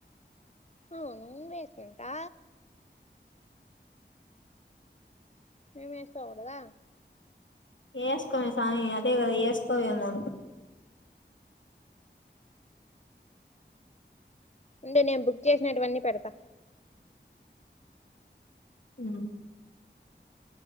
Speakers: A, on the left; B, on the left.
A: అవును వేసుకుంటా మీము వేసుకోకూడదా
B: వేసుకోమే స్వామి అదే కదా వేసుకోవేమో అనుకు
A: అంటే నేను బుక్ చేసినటువన్నీ పెడతా
B: హ్మ్